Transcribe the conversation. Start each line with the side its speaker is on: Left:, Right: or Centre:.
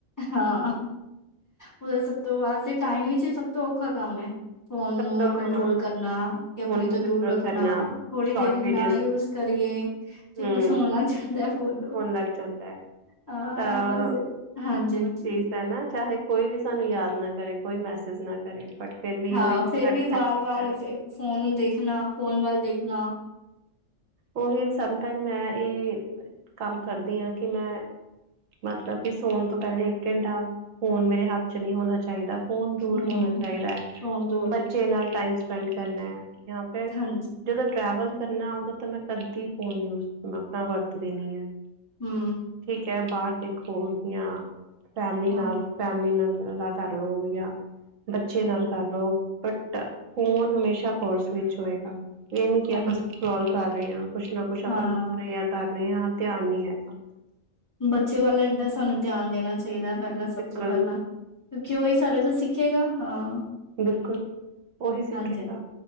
Left: ਹਾਂ ਔਹ ਤੇ ਸਭਤੋਂ ਟਾਈਮ ਵਿੱਚ ਇ ਸਭ ਤੋਂ ਔਖਾ ਕੰਮ ਹੈ ਫੋਨ
Right: ਸਭ
Left: ਨੂੰ
Right: ਤੋਂ
Left: ਕੰਟਰੋਲ ਕਰਨਾ,
Right: ਫੋਨ
Left: ਤੇ ਆਪਣੇ
Right: ਨੂੰ
Left: ਤੋਂ
Right: ਕੰਟਰੋਲ
Left: ਦੂਰ ਰੱਖਣਾ।
Right: ਕਰਨਾ
Left: ਥੋੜੀ
Right: ਸ਼ੋਰਟ
Left: ਦੇਰੀ ਈ
Right: ਵੀਡੀਓਜ਼
Left: ਨਾ ਯੂਸ ਕਰੀਏ, ਤੇ
Right: ਹੂੰ
Left: ਕੁਛ ਹੋਣ ਲੱਗ ਜਾ। ਲੇਯਾ ਫੋਨ ਨੂੰ,
Right: ਹੋਣ ਲੱਗ ਜਾਂਦਾ ਹੈ
Left: ਹਾਂ
Right: ਤਾਂ
Left: ਬਸ ਹਾਂਜੀ-ਹਾਂਜੀ।
Right: ਉਹ ਚੀਜ਼ ਹੈ ਨਾ ਚਾਹੇ ਕੋਈ ਵੀ ਸਾਨੂੰ ਯਾਦ ਨਾ ਕਰੇ ਕੋਈ ਮੈਸੇਜ ਨਾ ਕਰੇ। ਬਟ ਫਿਰ ਵੀ
Left: ਹਾਂ
Right: ਉਹੀ ਸਾਡੀ
Left: ਫੇਰ ਵੀ ਵਾਰ ਵਾਰ
Right: ਹੈ।
Left: ਫੇਕ ਫੋਨ ਨੂੰ ਦੇਖਣਾ, ਫੋਨ ਵੱਲ ਦੇਖਣਾ
Right: ਔਹੀ ਸਮ ਟਾਈਮ ਮੈਂ ਇਹ ਕੰਮ ਕਰਦੀ ਆ ਕਿ ਮੈਂ। ਮਤਲਬ ਕਿ ਸੋਨ ਤੋਂ ਪਹਿਲੇ ਇੱਕ ਘੰਟਾ, ਫੋਨ ਮੇਰੇ ਹੱਥ ਚ ਨਹੀਂ ਹੋਣਾ ਚਾਹੀਦਾ। ਫੋਨ ਦੂਰ
Left: ਹੂੰ।
Right: ਹੋਣਾ ਚਾਹੀਦੈ ਐ,
Left: ਫੋਨ ਦੂਰ
Right: ਬੱਚੇ ਨਾਲ ਟਾਈਮ ਸਪੈਂਡ ਕਰਨਾ ਐ, ਯਾਂ ਫਿਰ
Left: ਹਾਂਜੀ,
Right: ਜਦੋਂ ਟਰੈਵਲ ਕਰਨਾ ਉਦੋਂ ਤਾਂ ਮੈਂ ਕਦੀ ਫੋਨ ਯੂਜ ਆਪਣਾ ਵਰਤਦੀ ਨੀ ਆ।
Left: ਹੂ
Right: ਯਾਂ ਬਾਹਰ ਦੇਖੋ ਯਾਂ ਫੈਮਿਲੀ
Left: ਹਾਂ,
Right: ਨਾਲੋਂ ਫੈਮਿਲੀ ਨਾਲ ਦਾ ਕਰ ਲਓ ਯਾਂ ਬੱਚੇ ਨਾਲ ਕਰ ਲਓ ਬੱਟ ਫੋਨ ਹਮੇਸ਼ਾ ਪਰਸ ਵਿੱਚ ਹੋਏਗਾ, ਇਹ ਨੀ ਕਿ
Left: ਹਾਂਜੀ।
Right: ਆਪਾਂ ਸਕਰੋਲ ਕਰ ਰਹੇ ਆਂ ਕੁਛ ਨਾ ਕੁੱਛ ਆਪਾਂ
Left: ਹਾਂ,
Right: ਲਿਖ ਰਹੇ ਆਂ, ਕਰ ਰਹੇ ਆਂ ਧਿਆਨ ਨੀ ਹੈਗਾ
Left: ਬੱਚੇ ਵੱਲ ਇਨਾ ਸਾਨੂੰ ਧਿਆਨ ਦੇਣਾ ਚਾਹੀਦਾ ਪਹਿਲਾਂ ਸਭ
Right: ਬਿਲਕੁਲ
Left: ਤੋਂ ਪਹਿਲਾਂ ਕਿਉਂਕਿ ਉਹ ਇਸ ਸਾਡੇ ਤੋਂ ਸਿੱਖੇਗਾ ਹਾਂ
Right: ਬਿਲਕੁਲ ਔਹੀ ਸਿੱਖੇਗਾ
Left: ਹਾਂਜੀ।